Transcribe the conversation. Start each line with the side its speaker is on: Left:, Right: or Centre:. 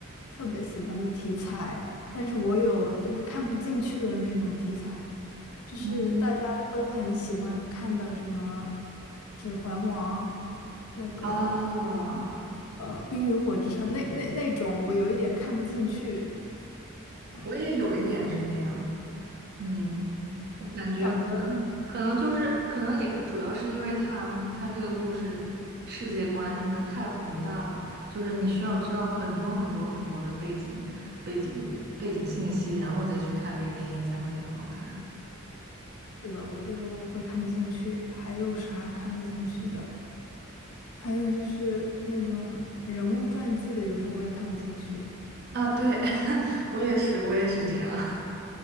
Left: 特别喜欢的题材，但是我有就是看不进去的那种题材，就是大家都很喜欢看的什么
Right: 嗯，
Left: 《指环王》，那个
Right: 啊，
Left: 呃《冰与火之城》那那那种，我有一点看不进去。嗯、
Right: 我也有一点是那样。
Left: 呃，他
Right: 嗯，我感觉可能可能就是可能也主要是因为他他这个故事世界观什么太宏大了，
Left: 讲的
Right: 就是你需要知道很多很多很多的背景背景背景信息，然后再去看这个电影才会觉得好看
Left: 是的，我就会看不进去。还有啥看不进去的？还有就是那种人物传记的，有时候我也看不进去，
Right: 啊。对，<laughs> 我也是，我也是这样，